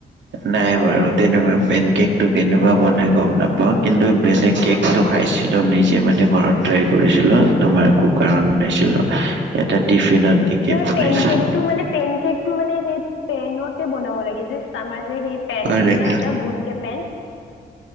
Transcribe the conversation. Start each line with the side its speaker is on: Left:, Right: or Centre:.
Right: নাই বাৰু তেনেকোৱা পেন কেকটো কেনেকোৱা বনাই গম নাপাও কিন্তু বেলেগ কেক টো খাইছিলো নিজে মানে ঘৰত ট্ৰাই কৰিছিলো তোমাৰ কো কাৰত বনাইছিলো
Left: অ
Right: এটা টিফিনত দিকে
Left: তোমাৰ
Right: বনাইছিলো
Left: পেন কেকটো মানে পেন কেকটো মানে সেই পেনতে বনাব লাগে জাষ্ট আমাৰ যে সেই পেন
Right: হয়
Left: থাকে
Right: নেকি
Left: ন এটা গোলকে পেন